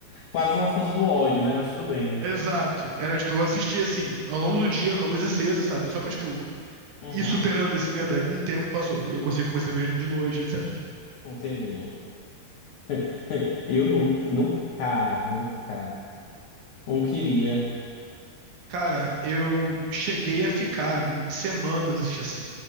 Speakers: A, on the left; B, on the right.
A: Quase uma força do ódio, né? Mas tudo bem.
B: Exato. Era, tipo, eu assistia, assim, ao longo do dia com a luz acesa, sabe? Só pra, tipo,
A: Uhum,
B: ir superando esse medo. Aí, com o tempo, passou. E eu consegui começar a ver de noite, etc.
A: entendi. <laughs> Eu nunca, nunca, nunca, não queria.
B: Cara, eu cheguei a ficar semanas, assim,